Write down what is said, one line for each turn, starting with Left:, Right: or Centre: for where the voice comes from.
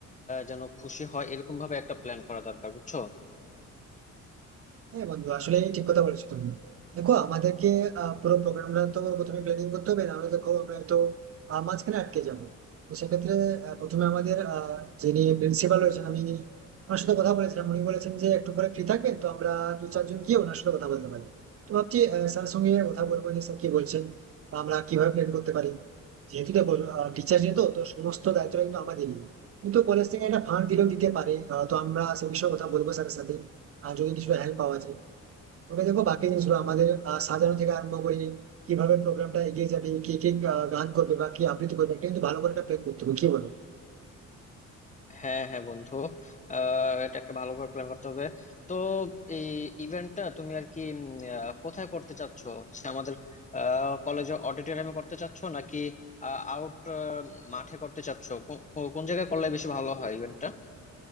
Left: যেন খুশি হয় এরকম ভাবে একটা প্ল্যান করা দরকার বুঝছো
Right: হ্যাঁ বন্ধু আসলে ঠিক কথা বলেছো তুমি দেখো আমাদেরকে আহ, পুরো প্রোগ্রামটা তো প্রথমে প্ল্যানিং করতে হবে নাহলে দেখো আমরা তো আহ, মাঝখানে আটকে যাবো তো সেক্ষেত্রে আহ, প্রথমে আমাদের আহ, যিনি প্রিন্সিপাল রয়েছেন আমি ওনার সাথে কথা বলেছিলাম উনি বলেছেন যে একটু পরে ফ্রি থাকবেন তো আমরা দু চারজন গিয়ে ওনার সাথে কথা বলতে পারি তো ভাবছি স্যার সঙ্গে কথা বলবো যে স্যার কি বলছেন বা আমরা কিভাবে প্ল্যান করতে পারি যেহেতু দেখো টিচার যেহেতু তো সমস্ত দায়িত্বটা কিন্তু আমাদেরই কিন্তু কলেজ থেকে একটা ফান্ড দিলেও দিতে পারে আহ, তো আমরা সে বিষয়ে কথা বলবো স্যারের সাথে আহ, যদি কিছু হেল্প পাওয়া যায় তবে দেখো বাকি জিনিসগুলো আমাদের আহ, সাজানো থেকে আরম্ভ করে কিভাবে প্রোগ্রামটা এগিয়ে যাবে কে কে আহ, গান করবে বা কি আবৃত্তি করবে এটা কিন্তু ভালো করে একটা প্ল্যান করতে হবে কি বলো
Left: হ্যাঁ হ্যাঁ বন্ধু আহ এটা একটা ভালো করে প্ল্যান করতে হবে তো এই ইভেন্টটা তুমি আর কি উম, আহ, কোথায় করতে চাচ্ছ হচ্ছে আমাদের কলেজে অডিটোরিয়ামে করতে চাচ্ছ নাকি আউট মাঠে করতে চাচ্ছ কো- কো- কোন জায়গায় করলে বেশি ভালো হয় ইভেন্টটা